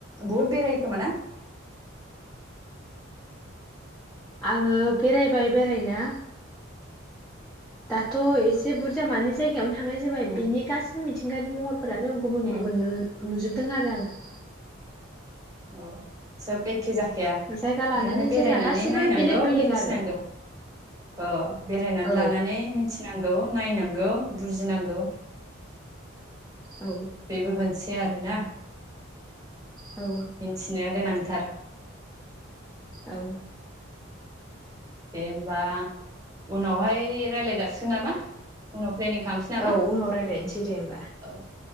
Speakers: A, on the right; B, in the centre.
A: बहुद बेरायखोमा ना?
B: आङो बेरायबाय बेरायनाया दाथ' एसे बुरजा मानो जाय नो थांनाय जाबाय
A: उम
B: बेनि गासि मिथिंगानि महर फोरानो गुबुन
A: उम
B: गुबुन नुजोबदों आरो आङो।
A: औ सोब एखे जाखाया
B: जायगा लानानै
A: ओंखायनो बेरायनानै
B: जायगा गासिबो
A: नायनांगौ
B: बेलेग बेलेग
A: मिथिनांगौ
B: आरो
A: अ बेरायनानै
B: औ
A: लानानै मिथिनांगौ। नायनांगौ बुजिनांगौ।
B: औ
A: बेबो मोनसे आरोना।
B: औ
A: मिथिनाया गोनां थार।
B: औ।
A: दे होमबा उनावहाय रायलायगासिगोन नामा उनाव प्लेनिं खालामसै नामा
B: औ उनाव रायज्लायनोसै दे होमबा
A: औ